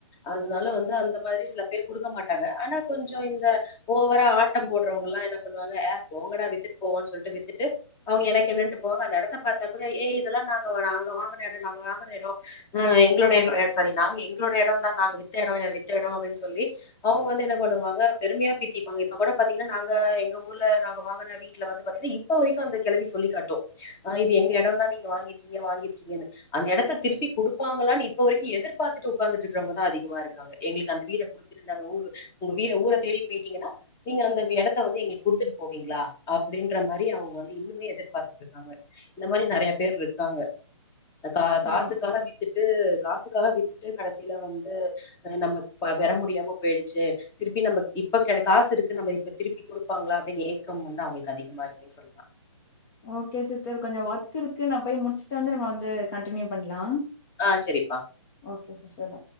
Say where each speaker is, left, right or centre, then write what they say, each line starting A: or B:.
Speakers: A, on the left; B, on the left.
A: அதனால வந்து அந்த மாதிரி சில பேர் கொடுக்க மாட்டாங்க ஆனா கொஞ்ச இந்த ஓவரா ஆட்டம் போடுறவங்கயெல்லா என்ன பண்ணுவாங்க ஏ போங்கடா வித்துட்டு போவான்னு சொல்லிட்டு வித்துட்டு அவுங்க எனக்கு என்னன்னட்டு போவாங்க அந்த இடத்த பாத்தா கூட ஏ இதெல்லாம் நாங்கங்க வாங்குன எடோ நாங்க வாங்கின இடம் ஹ எங்களோட இடம் சாரி நாங்க எங்களோட இடம் தான் நாங்க வித்த இடம்-வித்த இடம் அப்டின்னு சொல்லி அவுங்க வந்து என்ன பண்ணுவாங்க பெருமையா பிரித்திப்பாங்க இப்ப கூட பாத்தீங்கன்னா நாங்க எங்க ஊர்ல நாங்க வாங்கின வீட்டுல வந்து பாத்தீங்கன்னா இப்ப வரைக்கும் அந்த கிளவி சொல்லிக்க காட்டும் ஹா இது எங்க இடம் தான் நீங்க வாங்கிருக்கீங்க வாங்கிருக்கீங்கன்னு அந்த எடத்த திருப்பி குடுப்பாங்களான்னு இப்ப வரைக்கும் எதிர்பார்த்துட்டு உட்காந்துட்டுக்கறவங்கதான் அதிகமா இருக்காங்க எங்களுக்கு அந்த வீட குடுத்துந்தங்க ஊரு உங்க வீட ஊரை தேடி போயிட்டீங்கன்னா நீங்க அந்த இடத்த வந்து எங்களுக்கு குடுத்துட்டு போவீங்களா அப்டின்ற மாரி அவுங்க வந்து இன்னுமே எதிர்பாத்துட்டு இருக்காங்க இந்த மாதிரி நறைய பேர்ருக்காங்க கா காசுக்காக
B: ஆ
A: வீத்துட்டு காசுக்காக வீத் ட்டு கடைசியில வந்து நம்ம பெற முடியாம போயிடுச்சு திருப்பி நம்ம இப்ப க காசு இருக்கு நம்ம இப்ப திருப்பி கொடுப்பாங்களா அப்படின்னு ஏக்கம் வந்து அவுங்களுக்கு அதிகமா இருக்குன்னு சொல்லுவாம்
B: ஓகே சிஸ்டர் கொஞ்சோ ஒர்க் இருக்கு நா போய் முடிச்சுட்டு வந்து நம்ம வந்து கண்டினியூ பண்ணலாம்
A: ஹா செரிப்பா
B: ஓகே சிஸ்டர்